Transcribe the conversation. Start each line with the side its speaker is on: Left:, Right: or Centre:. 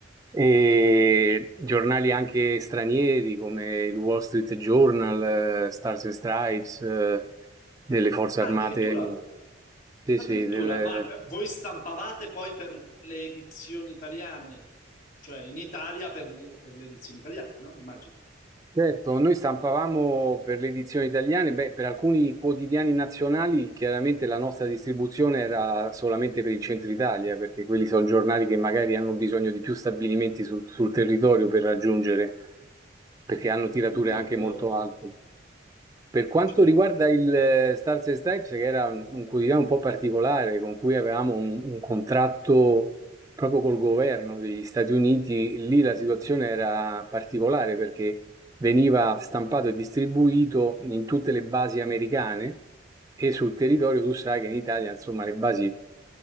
Right: e giornali anche stranieri come il Wall Street Journal, eh, Stars and Stripes, eh, delle forze
Left: Ah,
Right: armate.
Left: addirittura...
Right: Sì,
Left: Addirittura,
Right: sì, del-
Left: ma per- voi stampavate poi per le edizioni italiane, cioè in Italia per, le per le edizioni italiane, no? Immagino,
Right: Certo, noi stampavamo per le edizioni italiane, beh, per alcuni quotidiani nazionali chiaramente la nostra distribuzione era solamente per il centro Italia, perché quelli sono giornali che magari hanno bisogno di più stabilimenti sul, sul territorio per raggiungere, perché hanno tirature
Left: in tempo,
Right: anche molto alte. Per quanto
Left: certo,
Right: riguarda il eh, Stars and Stripes, che era un un quotidiano un po' particolare, con cui avevamo un, un contratto proprio col governo degli Stati Uniti, lì la situazione era particolare perché veniva stampato e distribuito in tutte le basi americane e sul territorio tu sai che in Italia, insomma, le basi